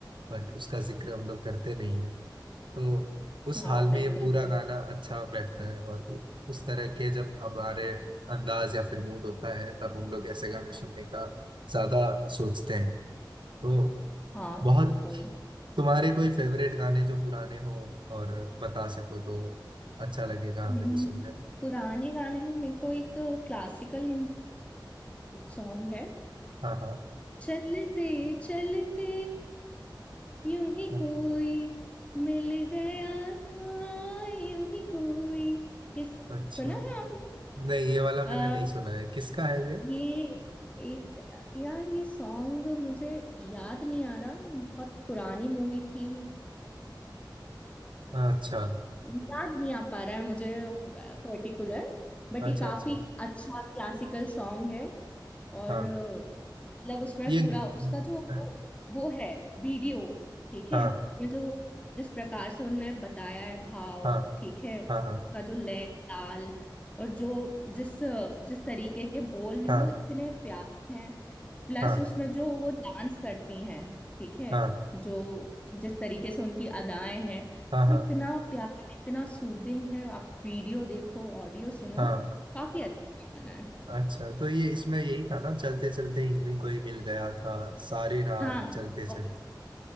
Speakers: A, on the right (about 80°); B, on the left (about 15°).
A: बट उसका जिक्र हम लोग करते नहीं है तो उस
B: हाँ
A: हाल
B: बिल्कुल
A: में ये पूरा
B: बिल्कुल
A: गाना अच्छा बैठता है और उ- उस तरह के जब हमारे अंदाज या फिर मूड होता है तब हम लोग ऐसे गाने सुनने का ज्यादा सोचते हैं तो
B: हाँ
A: बहुत
B: बिल्कुल
A: तुम्हारे कोई फेवरेट गाने जो पुराने हो और बता सको तो अच्छा लगेगा
B: हम्म,
A: हमें भी सुनने में
B: पुराने गाने में मेरे को एक क्लासिकल सॉन्ग है
A: हाँ हाँ
B: चलते चलते यूं ही
A: हाँ,
B: कोई मिल गया था यूं ही कोई ये सुना
A: अच्छा
B: है आपने
A: नहीं ये वाला मैंने
B: अ,
A: नहीं सुना है किसका है ये
B: ये एक यार ये सॉन्ग मुझे याद नहीं आ रहा बहुत पुरानी मूवी थी
A: हाँ, अच्छा
B: याद नहीं आ पा रहा है मुझे पर्टिकुलर बट
A: अच्छा
B: ये काफी
A: अच्छा
B: अच्छा क्लासिकल सॉन्ग है और
A: हाँ
B: अ, मतलब उसमें
A: ये
B: पूरा
A: हाँ
B: उसका जो वो, वो है वीडियो ठीक
A: हाँ
B: है ये जो जिस प्रकार से उन्होंने बताया है भाव
A: हाँ
B: ठीक है उसका
A: हाँ हाँ
B: जो लय ताल और जो जिस जिस तरीके के बोल हैं
A: हाँ
B: वो इतने प्यारे हैं प्लस
A: हाँ
B: उसमें जो वो डांस करती हैं ठीक है
A: हाँ
B: जो जिस तरीके से उनकी अदाएं हैं
A: हाँ हाँ
B: वो इतना प्यारा इतना सूदिंग है आप वीडियो देखो ऑडियो सुनो
A: हाँ,
B: काफी अच्छा गाना है
A: अच्छा तो ये इसमें यही था ना चलते चलते ही कोई मिल गया था सारे राह
B: हाँ
A: चलते चलते
B: और-